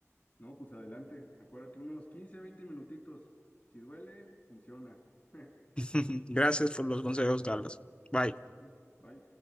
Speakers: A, on the left; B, on the left.
A: No, pues adelante, acuérdate, unos 15 20 minutitos. Si duele, funciona. <laughs>
B: <laughs> Gracias por los consejos, Carlos. Bye.
A: Uf, ay,